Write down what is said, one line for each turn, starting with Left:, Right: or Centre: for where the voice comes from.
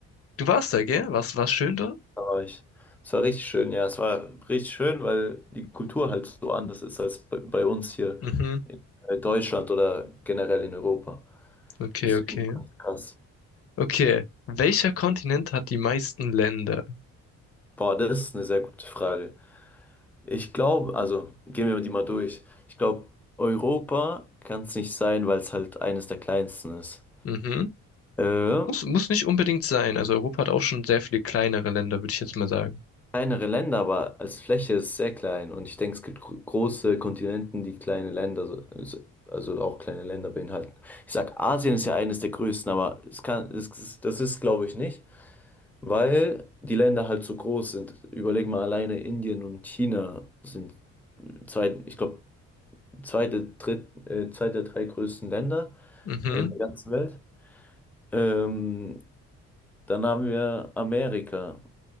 Left: Du warst da, gell? Was, war schön da?
Centre: da war ich. Es war richtig schön, ja, es war richtig schön, weil die Kultur halt so anders ist als bei, bei uns hier
Left: Mhm.
Centre: in Deutschland oder generell in Europa.
Left: Okay,
Centre: Deswegen
Left: okay.
Centre: fand ich krass.
Left: Okay. Welcher Kontinent hat die meisten Länder?
Centre: Boah, das ist eine sehr gute Frage. Ich glaube, also gehen wir die mal durch. Ich glaube, Europa kann es nicht sein, weil es halt eines der kleinsten ist.
Left: Mhm.
Centre: Äh,
Left: Muss, muss nicht unbedingt sein. Also Europa hat auch schon sehr viele kleinere Länder, würde ich jetzt mal sagen.
Centre: kleinere Länder, aber als Fläche ist es sehr klein. Und ich denke, es gibt gro große Kontinenten, die kleine Länder, so- so- also auch kleine Länder beinhalten. Ich sag, Asien ist ja eines der größten, aber es kann, es, es- das ist, glaube ich, nicht, weil die Länder halt so groß sind. Überleg mal, alleine Indien und China sind zwei, ich glaube, zweite, dritt, äh, zwei der drei größten Länder
Left: Mhm.
Centre: in der ganzen Welt. Ähm, dann haben wir Amerika.